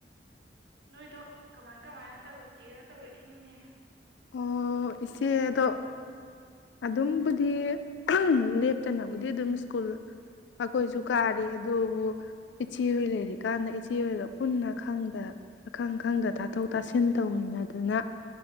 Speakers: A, on the right; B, on the left.
A: ꯅꯣꯏꯗꯣ ꯀꯃꯥꯏ ꯀꯃꯥꯏꯅ ꯇꯧꯔꯤꯒꯦꯅ ꯇꯧꯔꯛꯏꯅꯤꯅꯦ
B: ꯑꯣ ꯏꯆꯦ ꯑꯗꯣ ꯑꯗꯨꯝꯕꯨꯗꯤ ꯂꯦꯞꯇꯅꯕꯨꯗꯤ ꯑꯗꯨꯝ ꯁ꯭ꯀꯨꯜ ꯑꯩꯈꯣꯏꯁꯨ ꯀꯥꯔꯤ ꯑꯗꯨꯕꯨ ꯏꯆꯦ ꯍꯣꯏ ꯂꯩꯔꯤꯀꯥꯟꯗ ꯏꯆꯦꯍꯣꯏꯒ ꯄꯨꯟꯅ ꯈꯪꯗ ꯑꯈꯪ ꯈꯪꯗ ꯇꯥꯊꯣꯛ ꯇꯥꯁꯤꯟ ꯇꯧꯃꯤꯟꯅꯗꯅ